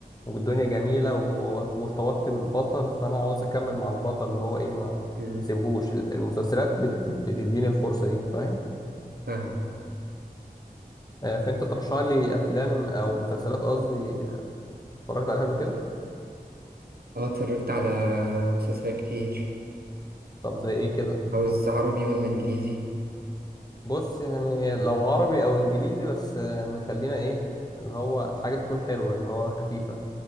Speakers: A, on the left; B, on the right.
A: والدنيا جميله و- وارتبطت بالبطل فانا عاوز اكمل مع البطل اللي هو ايه ما
B: أمم،
A: ما سيبهوش ال- المسلسلات بت... بتديني الفرصه دي فاهم
B: فاهم
A: آه، فانت ترشح لي افلام او مسلسلات قصدي آه، اتفرجت عليها قبل كده
B: اه اتفرجت على مسلسلات كتير
A: طب زي ايه كده
B: عاوز عربي ولا انجليزي
A: بص يعني لو عربي او انجليزي بس آه، نخلينا ايه اللي هو حاجه تكون حلوه اللي هو خفيفه